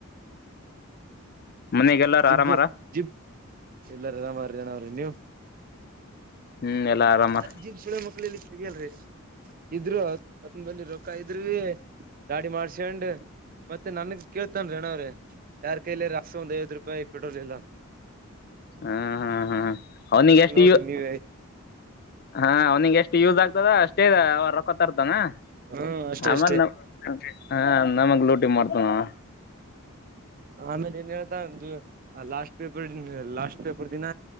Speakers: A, on the left (about 45°); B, on the right (about 40°).
A: ಮನೆಗೆಲ್ಲಾರ
B: ಜಿಬ್
A: ಆರಾಮಾರ
B: ಜಿಬ್ ಎಲ್ಲಾರ ರರಾಮಾರ ಜನ ಅವ್ರಿ ನೀವು
A: ಹ್ಮ್ ಎಲ್ಲಾ ಆರಾಮರ
B: ಅ್ ಜಿಮ್ ಸುಳೆ ಮಕ್ಳಲ್ಲಿ ಸಿಗಲ್ರಿ ಇದ್ರುತ್ನ ಬ ರೊಕ್ಕ ಇದ್ರ ಗಾಡಿ ಮಾಡ್ಸಂಡ್ ಮತ್ತೆ ನನ್ಗ್ ಕೇಳ್ತನ್ ರೀ ಅಣ್ಣ ಅವ್ರಿ ಯಾರ್ ಕೈಲ ರ ಅಸ ಒಂದ್ ಐವದ ರೂಪಾಯಿ ಪೆಟ್ರೋಲ್ ಇಲ್ಲ ಅಂತ
A: ಹ್ಮ ಹಾ್ ಹಾ ಅವನಿಗೆ ಎಷ್ಟು
B: ನೋಡ್ರಿ ನೀವೇ
A: ಹಾ ಅವ್ನಿಿಗೆ ಎಷ್ಟ ಯೂಸ್ ಆಗ್ತದ ಅಷ್ಟೇ ಇದೆ ಕತಾರ್ತಂಗಾ
B: ಹ್ಮ್ ಅಷ್ಟೇ
A: ಆಮ
B: ಅಷ್ಟೇ
A: ಹ ನಮಗ್ ಲೂಟಿ ಮಾಡ್ತನ ಹ್ಮ
B: ಆಮೇಲೆ ಏನ್ ಹೇಳ್ತಾ ಒ ಲಾಸ್ಟ್ ಪೇಪರ್ ಲಾಸ್ಟ್ ಪೇಪರ್ ದಿನ